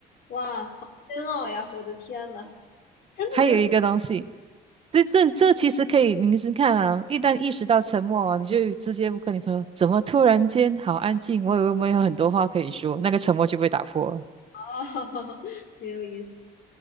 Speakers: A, on the left; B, on the right.
A: 哇，好深奥呀！我的天呐，真的
B: 还有一个东西，这这这其实可以，你是看啊，一旦意识到沉默啊你就直接跟你朋友，怎么突然间好安静？我以为我们有很多话可以说，那个沉默就被打破了。
A: 啊，<laughs> 很有意思。